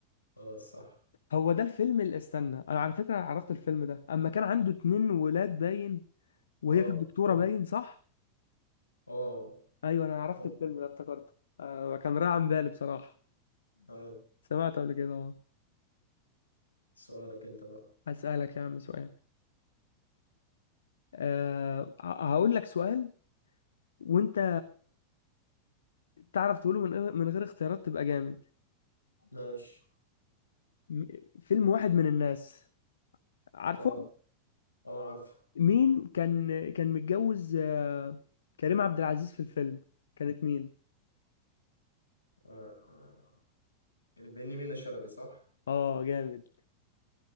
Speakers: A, on the left (about 85°); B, on the left (about 65°).
A: اه صح
B: هو ده الفيلم اللي استنى أنا على فكرة عرفت الفيلم ده أما كان عنده اتنين ولاد باين وهي
A: اه
B: كانت دكتورة
A: هم
B: باين صح؟
A: اه
B: أيوه أنا عرفت
A: اه
B: الفيلم ده افتكرته آه كان رايح عن بالي بصراحة
A: آه.
B: سمعته قبل كده أه
A: سؤالك انت بقى
B: هسألك يا عم سؤال أه ه- هقول لك سؤال وأنت تعرف تقوله من غير- من غير اختيارات تبقى جامد
A: ماشي
B: م- فيلم واحد من الناس عارفه؟
A: اه اه عارفه
B: مين كان كان متجوز آه، كريم عبد العزيز في الفيلم كانت مين
A: آه. آه. اللي بيني منه شلبي صح
B: اه جامد